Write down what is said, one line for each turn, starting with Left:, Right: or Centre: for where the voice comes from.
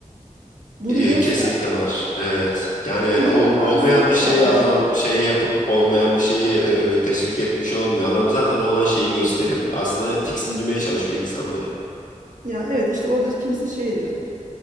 Right: Bunu
Left: E,
Right: göster.
Left: kesinlikle var. Evet. Yani
Right: Çünkü
Left: ol,
Right: bu defa
Left: olmayan
Right: üstünü kapatmış
Left: bir şeyi adam
Right: oluyorsun.
Left: şey yapıp olmayan bir şeyi e, teşvik etmiş olmuyor. Adam zaten olan şeyi gösterip aslında tiksindirmeye çalışıyor insanları.
Right: Ya evet işte orada kimisi şey diyordu.